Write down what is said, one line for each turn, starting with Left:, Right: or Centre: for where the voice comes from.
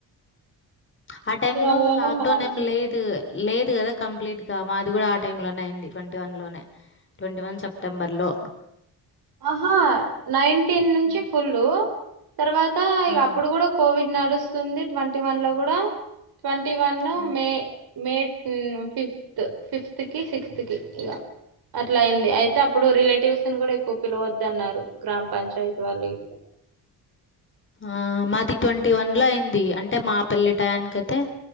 Left: ఆ
Right: ట్వంటీ
Left: టైమ్
Right: వన్
Left: లో
Right: లోనే
Left: లాక్
Right: మ్యారేజ్
Left: డౌన్ ఏం
Right: అయింది
Left: లేదు లేదు కదా కంప్లీట్గా మాది కూడా ఆ టైంలోనే అయింది ట్వంటీ వన్ లోనే ట్వంటీ వన్ సెప్టెంబర్లో
Right: ఆహా నైన్టీన్ నుంచి
Left: హ్మ్.
Right: ఫుల్ తర్వాత ఇగ
Left: ఆ!
Right: అప్పుడు కూడా కోవిడ్ నడుస్తుంది ట్వంటీ వన్ లో కూడా ట్వంటీ వన్ లో
Left: హ్మ్.
Right: మే మే ఉమ్ ఫిఫ్త్ ఫిఫ్త్ కి సిక్స్త్ కి ఇగ అట్లా అయింది అయి తే అప్పుడు రిలేటివ్స్ ని కూడా ఎక్కువ పిలవద్దన్నారు గ్రామ పంచాయతీ వాళ్ళ ఇట్లా
Left: ఆ మాది ట్వంటీ వన్ లో అయింది అంటే మా పెళ్ళి టయానికి అయితే